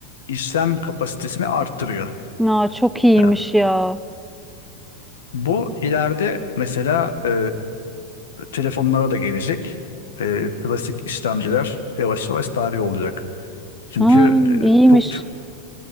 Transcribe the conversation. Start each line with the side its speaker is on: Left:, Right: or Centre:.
Left: işlem kapasitesini arttırıyor.
Centre: Aa, çok iyiymiş
Left: Yani
Centre: ya.
Left: bu ileride mesela e, telefonlara da gelecek. E, klasik işlemciler yavaş yavaş tarih olacak. Çünkü
Centre: Aa,
Left: e,
Centre: iyiymiş.
Left: çok